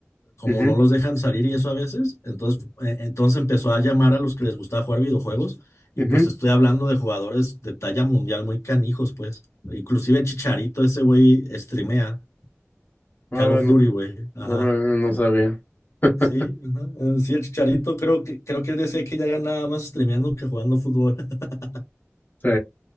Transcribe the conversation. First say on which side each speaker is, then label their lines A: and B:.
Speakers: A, on the left; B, on the left.
A: como
B: mhm
A: no los dejan salir y eso a veces, entonces, eh, entonces empezó a llamar a los que les gustaba jugar videojuegos y
B: mhm
A: pues te estoy hablando de jugadores de talla mundial muy canijos, pues. Inclusive Chicharito, ese güey streamea
B: Ah,
A: Call
B: bueno,
A: of Duty, güey. Ajá.
B: bueno, no
A: Con-
B: sabía. <laughs>
A: Sí, ajá. Eh, Sí, el Chicharito creo que creo que él decía que ya ganaba más streameando que jugando fútbol. <laughs>
B: Sí,